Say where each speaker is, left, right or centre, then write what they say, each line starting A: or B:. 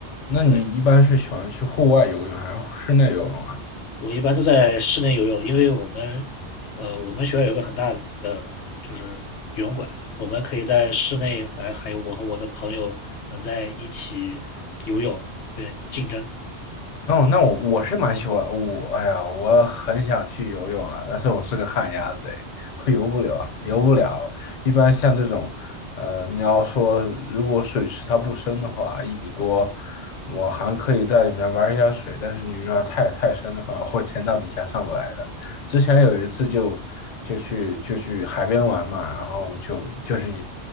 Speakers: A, on the left; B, on the left.
A: 那你一般是喜欢去户外游泳还是室内游泳啊？
B: 对，我一般都在室内游泳，因为我们，呃，我们学校有个很大的就是游泳馆，我们可以在室内还还有我和我的朋友能在一起游泳，对，竞争。
A: 哦，那我我是蛮喜欢我，哎呀，我很想去游泳了，但是我是个旱鸭子，哎，我游不了啊游不了。一般像这种，呃，你要说如果水池它不深的话，一米多，我还可以在里面玩一下水，但是你如果太太深的话，我会潜到底下上不来的。之前有一次就就去就去海边玩嘛，然后就就是。